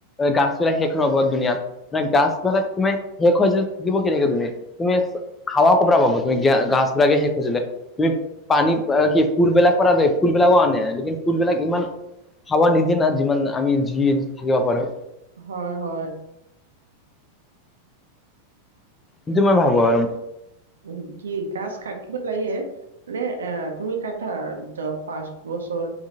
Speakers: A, on the left (about 15°); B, on the right (about 65°).
A: গাছ বিলাক শেষ নহ'ব দুনিয়াত মানে গাছ বিলাক তুমি শেষ হয় যে থাকিব কেনেকে তুমি তুমি খাৱা ক'ৰ পৰা পাব তুমি গ গাছবিলাকে সে হৈ গলে তুমি পানী কি ফুলবিলাক পৰা দে ফুলবিলাকো আনে যদি ফুলবিলাক ইমান খাৱা নিদিয়ে না যিমান আমি যি থাকিবা পাৰোঁ।
B: হয় হয়
A: সেইটো মই ভাবো আৰু
B: উম কি গাছ কাটিবা লাগে মানে আহ তুমি কাটা দহ পাঁচ বছৰ